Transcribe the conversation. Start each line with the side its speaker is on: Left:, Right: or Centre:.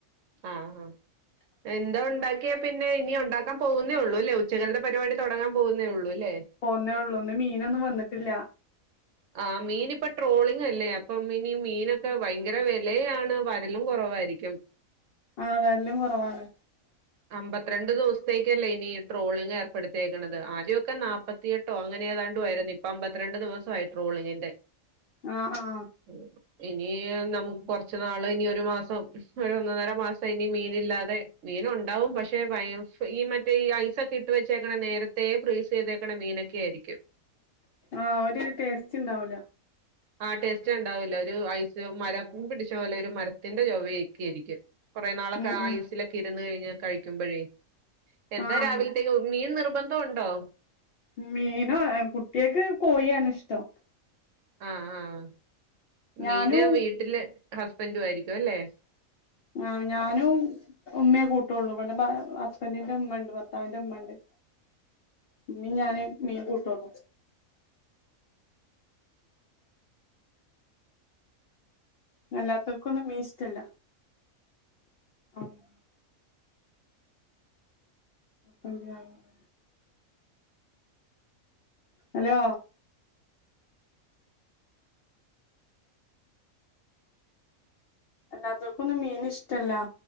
Right: ആഹ് ഹാ എന്താ ഉണ്ടാക്കിയാ പിന്നെ ഇനി ഉണ്ടാക്കാൻ പോകുന്നേ ഉള്ളൂല്ലേ ഉച്ചക്കൽത്തെ ത്തെ പരിപാടി തൊടങ്ങാൻ പോകുന്നേ ഉള്ളൂല്ലേ
Left: പോന്നേ ഉള്ളൂ ഇന്ന് മീനൊന്നും വന്നിട്ടില്ല.
Right: ആഹ് മീനിപ്പ ട്രോളിംങ്ങല്ലേ അപ്പം ഇനി മീനൊക്കെ ഭയങ്കര വെലയാണ് വരലും കൊറവായിരിക്കും.
Left: ആഹ് വരലും കൊറവാണ്.
Right: അമ്പത്തിരണ്ട് ദിവസത്തേക്കല്ലേ ഇനി ട്രോളിങ്ങ് ഏർപ്പെടുത്തിയേക്കണത് ആദ്യൊക്കെ നാപ്പ - ത്തിയെട്ടൊ അങ്ങനേ താണ്ടുവാ യിരുന്നു ഇപ്പ അമ്പത്തിരണ്ട് ദിവസായി ട്രോളിങ്ങിന്റെ
Left: ആഹ് ആഹ്
Right: ഉം ഇനി നമുക്ക് കൊറച്ച് നാള് ഇനി ഒരു മാസം ഒരു ഒന്നന്നര മാസം ഇനി മീനില്ലാതെ മീന് ഒണ്ടാവും പക്ഷെ ഈ മറ്റേ ഈ ഐസൊക്കെ ഇട്ട് വെച്ചേക്കണ നേരത്തേ ഫ്രീ സ് ചെയ്തേക്കണ മീനൊക്കെയിരിക്കും.
Left: ആഹ് ഒരു ടേസ്റ്റ് ഉണ്ടാവൂല.
Right: ആഹ് ടേസ്റ്റ് ഉണ്ടാവില്ല ഒരു ഐസ് മരം പിടിച്ച പോലെ ഒരു മരത്തിന്റെ ചൊവേക്കേരിക്കും. കൊറേ നാളൊക്കെ
Left: ഉം ഉം
Right: ഐസിലൊക്കെ ഇരുന്ന് കഴിഞ്ഞ കഴിക്കുമ്പൊഴേ എന്താ
Left: ആ ആ
Right: രാവിലത്തേ ക്ക് മീൻ നിർബന്ധം ഉണ്ടോ?
Left: മീനോ കുട്ടികക്ക് കോഴിയാണ് ഇഷ്ട്ടം.
Right: ആഹ് ആഹ്
Left: ഞാനും
Right: മീന് വീട്ടില് ഹസ്ബന്റു ആയിരിക്കുംല്ലേ
Left: ആഹ് ഞാനും ഉമ്മയെ കൂട്ടുള്ളൂ ഇവിടെ ഹസ്ബൻഡിന്റെ ഉമ്മണ്ട് ഭർത്താവിന്റെ ഉമ്മണ്ട് ഇമ്മീ ഞാനും മീൻ കൂട്ടൊള്ളു. അല്ലാത്തോൽക്കൊന്നും മീൻ ഇസ്ടല്ല. ആഹ് <inaudible> ഹലോ അല്ലാത്തോൽക്കൊന്നും മീൻ ഇഷ്ടല്ല.